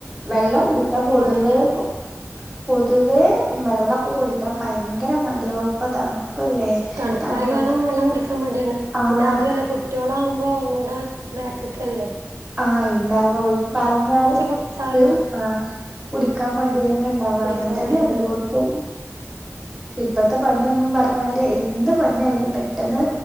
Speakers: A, in the centre; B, on the right.
A: വെള്ളം കുടിക്കാൻ പൊതുവേ
B: മടിള്ളവര്
A: കു പൊതുവേ വള്ളൊക്കെ കുടിക്കാൻ ഭയങ്കര മടിയാവും ഇപ്പ തണുപ്പല്ലേ.
B: തണുപ്പായ
A: തണുപ്പത്ത്
B: കാരണം വെള്ളം കുടിക്കാൻ മടിയേണ്
A: ആഹ്
B: പിന്നെ അതൂ അല്ല കു കുട്ടിയോളാകുമ്പോ ഒന്നൂടെ ബാക്ക്ക്കല്ലേ.
A: ആഹ് ഇണ്ടാവോ പറഞ്ഞാല്
B: കൊടുത്താലും
A: നിർ ആഹ് കുടിക്കാൻ മടിയെന്നെണ്ടാവാ
B: കുടിക്കാൻ
A: അങ്ങൻതന്നെ
B: മടിയാണ്
A: എല്ലോട്ത്തും. ഇപ്പത്തെ പനിയൊന്നും പറഞ്ഞാല് എന്ത് പനിആായാലും പെട്ടെന്ന്